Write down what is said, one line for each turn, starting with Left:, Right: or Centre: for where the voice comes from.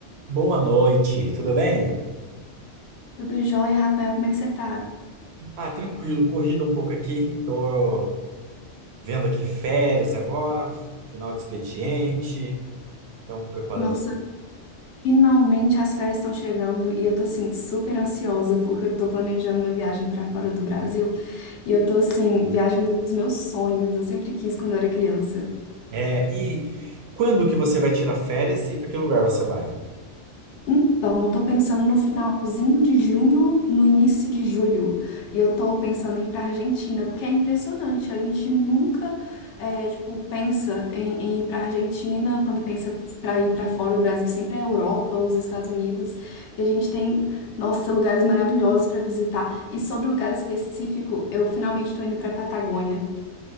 Right: Boa noite, tudo bem?
Left: Tudo jóia, Rafael? Como é que você tá?
Right: Ah, tranquilo, corrido um pouco aqui. Tô vendo aqui férias agora, final de expediente, então preparando.
Left: Nossa, finalmente as férias estão chegando e eu tô assim super ansiosa porque eu tô planejando uma viagem pra fora do Brasil e eu tô assim, viagem dos meus sonhos. Eu sempre quis quando eu era criança.
Right: É, e quando que você vai tirar férias e para que lugar você vai?
Left: Então, eu tô pensando no finalzinho de junho, no início de julho. E eu tô pensando em ir pra Argentina, porque é impressionante. A gente nunca, é, tipo, pensa em, em ir pra Argentina. Quando pensa pra ir pra fora do Brasil, sempre é a Europa, os Estados Unidos. E a gente tem, nossa, lugares maravilhosos pra visitar. E sobre o lugar específico, eu finalmente tô indo pra Patagônia.